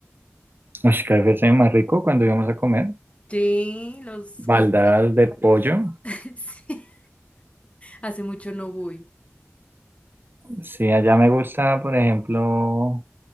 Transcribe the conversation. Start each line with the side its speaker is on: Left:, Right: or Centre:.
Right: Ush, KFC más rico cuando íbamos a comer.
Left: Sí, los
Right: Baldadas
Left: cositos.
Right: de pollo.
Left: <laughs> Sí, hace mucho no voy.
Right: Sí, allá me gusta, por ejemplo,